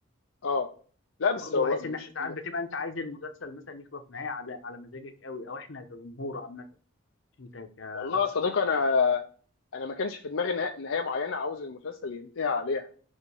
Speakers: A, on the left; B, on the left.
A: اه لا بس
B: برضه
A: هو
B: بحس ان
A: مش
B: احنا ساعات
A: م-
B: بتبقى انت عايز المسلسل مثلا يخلص نهايه على على مزاجك قوي او احنا كجمهور عامه مش انت كشخص
A: والله يا صديقي
B: يعني
A: انا انا ما كانش في دماغي نها- نهايه معينه عاوز المسلسل ينتهي عليها